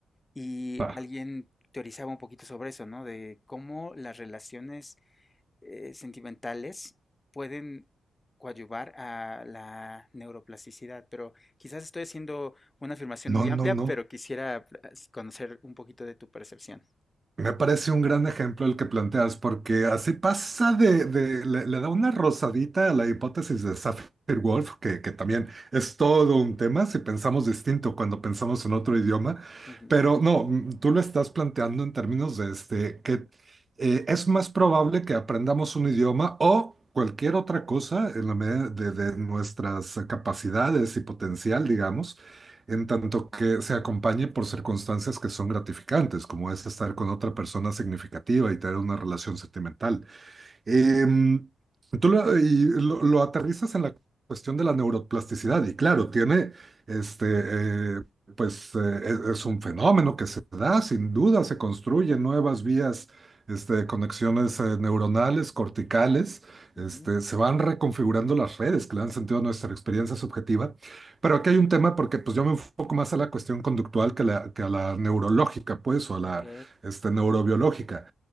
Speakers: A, on the left (about 30°); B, on the right (about 40°).
A: Y
B: Ah,
A: alguien teorizaba un poquito sobre eso, ¿no? De cómo las relaciones eh, sentimentales pueden coadyuvar a la neuroplasticidad, pero quizás estoy haciendo una afirmación
B: No,
A: muy
B: no,
A: amplia,
B: no.
A: pero quisiera as- conocer un poquito de tu percepción.
B: Me parece un gran ejemplo el que planteas, porque así pasa de, de- le, le da una rosadita a la hipótesis de Sapir-Whorf, que, que también es todo un tema si pensamos distinto cuando pensamos en otro idioma,
A: Ujú,
B: pero no, mm, tú lo estás planteando en términos de este, que eh, es más probable que aprendamos un idioma o cualquier otra cosa en la medida de, de nuestras capacidades y potencial, digamos en tanto que se acompañe por circunstancias que son gratificantes, como es estar con otra persona significativa y tener una relación sentimental. Em, tú lo, y lo- lo aterrizas en la cuestión de la neuroplasticidad y claro, tiene, este, eh, pues eh, es, es un fenómeno que se da, sin duda, se construyen nuevas vías, este, conexiones eh, neuronales, corticales,
A: ujú,
B: este, se van reconfigurando las redes que le dan sentido a nuestra experiencia subjetiva, pero aquí hay un tema porque pues yo me enfoco más a la cuestión conductual que, la- que a la neurológica, pues, o a la,
A: Ok.
B: este, neurobiológica.